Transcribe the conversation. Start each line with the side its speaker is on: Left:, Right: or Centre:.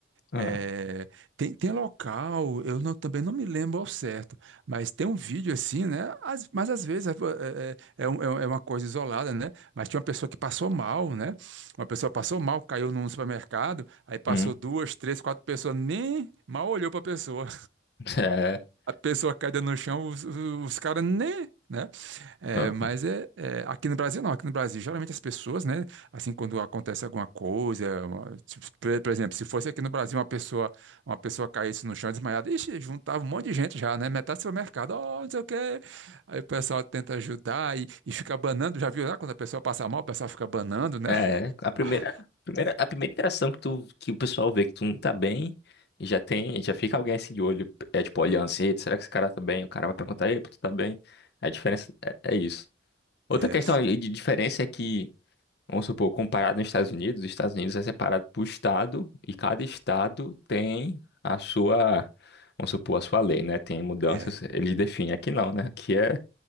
Left: Ah.
Right: É, tem, tem local, eu não- também não me lembro ao certo, mas tem um vídeo assim, né? Às- mas às vezes é, é- é um- é uma coisa isolada, né? Mas tinha uma pessoa que passou mal, né? Uma pessoa passou mal, caiu num supermercado, aí passou
Left: Hum.
Right: duas, três, quatro pessoas, nem mal olhou para a pessoa
Left: <laughs>
Right: a pessoa caída no chão, os, os caras nem, né? É,
Left: É.
Right: mas
Left: hum.
Right: é, é, aqui no Brasil não, aqui no Brasil geralmente as pessoas, né? Assim quando acontece alguma coisa, uma- tipo, por, por exemplo, se fosse aqui no Brasil uma pessoa, uma pessoa caísse no chão desmaiada, ixi, juntava um monte de gente já, né? Metade do supermercado, ó, não sei o quê. Aí o pessoal tenta ajudar e, e fica banando, já viu lá quando a pessoa passa mal, o pessoal fica banando, né?
Left: É, a primeira,
Right: <laughs>
Left: a primeira, a primeira interação que tu, que o pessoal vê que tu não tá bem, e já tem, já fica alguém assim de olho, é tipo olhando assim, "Eita, será que esse cara tá bem? O cara vai perguntar, epa, tu tá bem? A diferença é, é isso. Outra
Right: É,
Left: questão aí de diferença é que, vamos supor, comparado nos Estados Unidos, os Estados Unidos é separado por estado, e cada estado tem a sua, vamos supor, a sua lei, né? Tem mudanças,
Right: é,
Left: eles definem. Aqui não, né? Aqui é